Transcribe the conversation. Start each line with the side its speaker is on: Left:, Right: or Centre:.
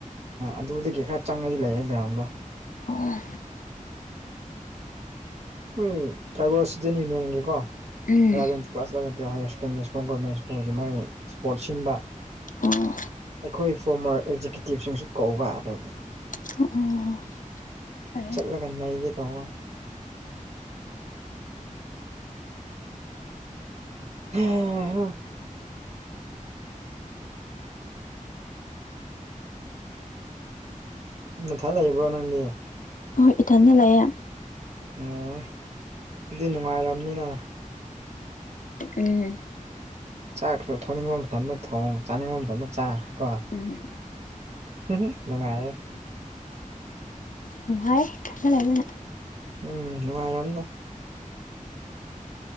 Right: ꯑꯗꯨꯗꯒꯤ ꯈꯔ ꯆꯪꯉꯗꯤ ꯂꯩꯑꯦ ꯒ꯭ꯔꯥꯎꯟꯗ
Left: ꯑꯣ
Right: ꯍꯣꯏ ꯇ꯭ꯔꯥꯏꯕꯦꯜ ꯏꯁꯨꯗꯦꯟ ꯌꯨꯅꯤꯌꯟꯒꯤ ꯀꯣ
Left: ꯎꯝ
Right: ꯑꯦꯂꯦꯟ ꯀ꯭ꯂꯥꯁꯂꯔꯀ ꯁꯀꯦꯟ ꯃꯣꯏꯗꯤ ꯃꯣꯏ ꯏꯁꯄꯣꯔꯠ ꯁꯤꯟꯕ
Left: ꯑꯣ
Right: ꯑꯩꯈꯣꯏ ꯐꯣꯔꯃꯔ ꯑꯦꯛꯖꯤꯀ꯭ꯌꯨꯇꯤꯞꯁꯤꯡꯁꯨ ꯀꯧꯕꯧꯕ ꯑꯗꯨꯒꯤ
Left: ꯑꯣ
Right: ꯆꯠꯂꯒ ꯅꯩꯒꯦꯗꯧꯕ <inaudible> ꯅꯊ ꯂꯩꯕ꯭ꯔꯣ ꯅꯪꯗꯤ?
Left: ꯑꯣꯏ ꯏꯊꯥꯟꯅ ꯂꯩꯌꯦ
Right: ꯑꯣ ꯗꯤ ꯅꯨꯡꯉꯥꯏꯔꯝꯅꯤꯅ꯫
Left: ꯎꯝ
Right: ꯆꯥꯛꯁꯨ ꯊꯣꯡꯅꯤꯡꯕ ꯃꯇꯝꯗ ꯊꯣꯡ ꯆꯥꯅꯤꯡꯕ ꯃꯇꯝꯗ ꯆꯥ ꯀꯣ꯫
Left: ꯎꯝ
Right: ꯎꯍꯨꯝ ꯅꯨꯡꯉꯥꯏꯔꯦ꯫
Left: ꯅꯨꯡꯉꯥꯏ ꯊꯟꯅ ꯂꯩꯃꯅꯥ꯫
Right: ꯎꯝ ꯅꯨꯡꯉꯥꯏꯔꯝꯅꯤ꯫